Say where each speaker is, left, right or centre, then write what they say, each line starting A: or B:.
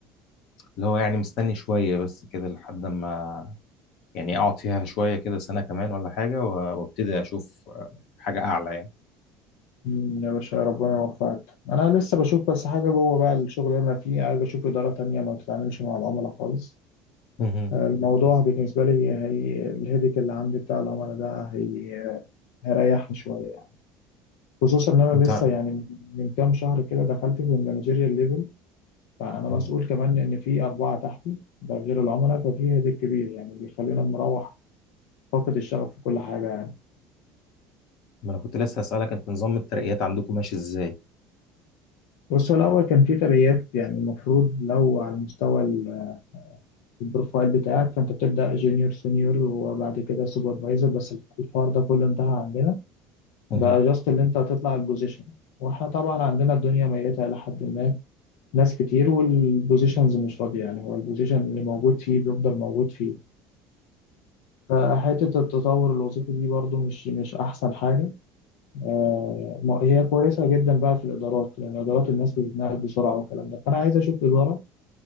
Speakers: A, on the left; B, on the left.
A: اللي هو يعني مستني شويه بس كده لحد ما يعني اقعد فيها شويه كده سنه كمان ولا حاجه و- وابتدي اشوف آه، حاجه اعلى يعني
B: مم، يا باشا ربنا يوفقك انا لسه بشوف بس حاجه جوه بقى الشغل اللي انا فيه عايز اشوف اداره تانية ما بتتعاملش مع العملاء خالص
A: مهم.
B: آه، الموضوع بالنسبه لي هي الهيدك اللي عندي بتاع العملاء ده هي... هيريحني شويه خصوصا ان انا
A: انت
B: لسه يعني من من كام شهر كده دخلت في المانجيريال ليفل فانا
A: مهم.
B: مسؤول كمان ان في اربعه تحتي ده غير العملاء ففي هيدك كبير يعني بيخلينا مروح فاقد الشغف في كل حاجه يعني
A: ما انا كنت لسه هسالك انت نظام الترقيات عندكم ماشي ازاي
B: بص هو الاول كان في ترقيات يعني المفروض لو على مستوى ال- البروفايل بتاعك فانت بتبدا جونيور سينيور وبعد كده سوبرفايزر بس الحوار ده كله انتهى عندنا
A: مهم.
B: بقى جاست اللي انت هتطلع البوزيشن واحنا طبعا عندنا الدنيا ميته الى حد ما ناس كتير والبوزيشنز مش فاضية يعني هو البوزيشن اللي موجود فيه بيفضل موجود فيه فحتة التطور الوظيفي دي برضو مش مش أحسن حاجة آه، ما- هي كويسة جدا بقى في الإدارات لأن إدارات الناس بتتنقل بسرعة والكلام ده فأنا عايز أشوف إدارة